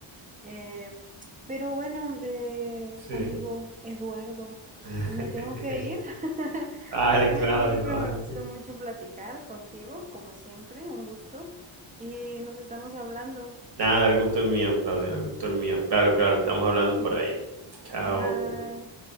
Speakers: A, on the right; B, on the right.
A: Eh, pero bueno, eh,
B: Sí.
A: amigo Eduardo,
B: <laughs>
A: me tengo que ir, <laughs>
B: Vale,
A: me tengo
B: Claudio,
A: que ir, pero
B: vale.
A: me gustó mucho platicar contigo, como siempre, un gusto, y nos estamos hablando.
B: Nada, el gusto es mío, Claudio, el gusto es mío. Claro, claro, estamos hablando por
A: Ujú.
B: ahí. Chao.
A: Bye.